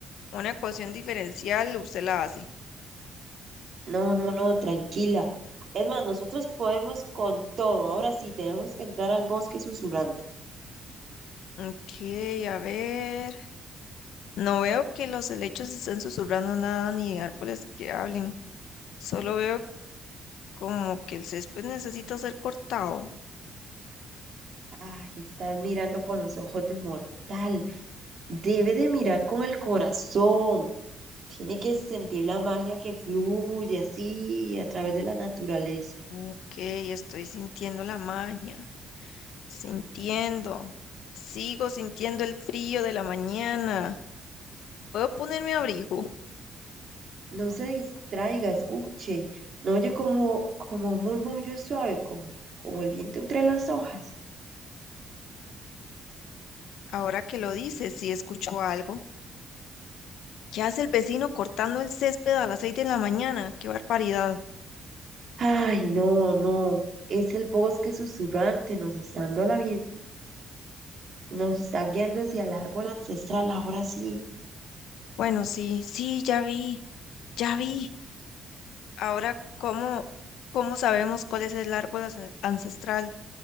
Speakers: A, on the left (about 80°); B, on the right (about 50°).
A: una ecuación diferencial, usted la hace.
B: No, no, no, tranquila. Es más, nosotros podemos con todo. Ahora sí, tenemos que entrar al bosque susurrante.
A: Ok, a ver. No veo que los helechos estén susurrando nada ni árboles que hablen. Solo veo como que el césped necesita ser cortado.
B: Ay, están mirando con los ojos de mortal. Debe de mirar con el corazón. Tiene que sentir la magia que fluye así a través de la naturaleza.
A: Ok, estoy sintiendo la magia. Sintiendo. Sigo sintiendo el frío de la mañana. ¿Puedo ponerme abrigo?
B: no se distraiga, escuche, no oye como, como un murmullo suave, como, como el viento entre las hojas.
A: Ahora que lo dices, sí escucho algo. ¿Qué hace el vecino cortando el césped a las seis de la mañana? ¡Qué barbaridad!
B: Ay, no, no, es el bosque susurrante, nos está dando la bien- nos está guiando hacia el árbol ancestral, ahora sí.
A: Bueno, sí, sí, ya vi, ya vi. Ahora, ¿cómo, cómo sabemos cuál es el árbol ance- ancestral?